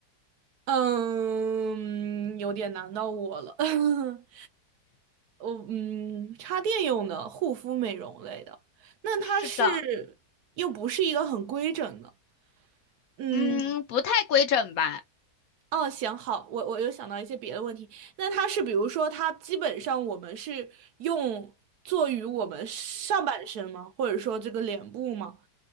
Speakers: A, on the right (about 70°); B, on the left (about 70°).
A: 嗯，有点难到我了。<laughs> 我嗯，插电用的护肤美容类的，那它是又不是一个很规整的。
B: 是的，
A: 嗯，
B: 嗯，不太规整吧。
A: 哦，行，好，我我又想到一些别的问题。那它是比如说，它基本上我们是用做于我们上半身吗？或者说这个脸部吗？